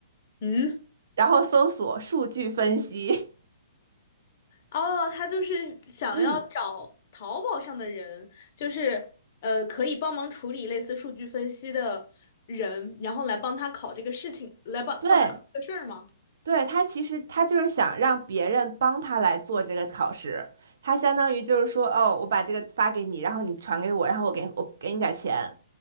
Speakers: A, on the left; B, on the right.
A: 嗯。
B: 然后搜索数据分析，
A: 哦，他就是想要找淘宝上的人，
B: <laughs> 嗯，
A: 就是呃，可以帮忙处理类似数据分析的人，然后来帮他考这个事情，来帮帮他考这个事儿吗？
B: 对，对，他其实他就是想让别人帮他来做这个考试，他相当于就是说，哦，我把这个发给你，然后你传给我，然后我给我给你点儿钱。